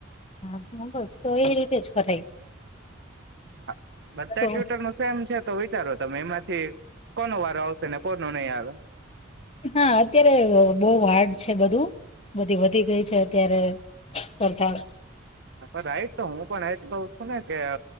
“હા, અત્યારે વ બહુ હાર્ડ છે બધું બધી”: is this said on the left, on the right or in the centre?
Left